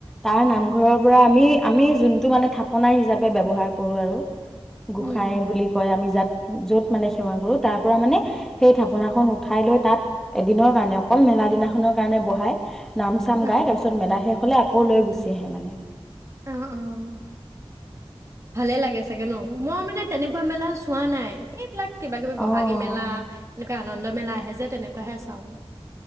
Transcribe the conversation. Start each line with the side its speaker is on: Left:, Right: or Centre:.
Centre: তাৰ নামঘৰৰ
Right: অ
Centre: পৰা আমি আমি যোনটো মানে থাপনা হিচাপে ব্যৱহাৰ কৰো আৰু গোসাঁই
Right: উম উম
Centre: বুলি কয় আমি যাত যত মানে সেৱা কৰো তাৰ পৰা মানে সেই থাপনাখন উঠাই লৈ তাত এদিনৰ কাৰণে অকল মেলা দিনাখনৰ কাৰণে বহাই, নাম চাম
Right: অ
Centre: গাই তাৰপিছত মেলাহে ফালে আকৌ লৈ গুচি আহে মানে।
Right: অ', অ', ভালে লাগে চাগ গেনো, মই মানে তেনেকুৱা মেলা চো চোৱা নাই, এইবিলাক কিবা কিবি
Centre: অ',
Right: বহাগী মেলা, এনেকুৱা আনন্দ মেলা আহে যে তেনেকুৱাহে চাওঁ।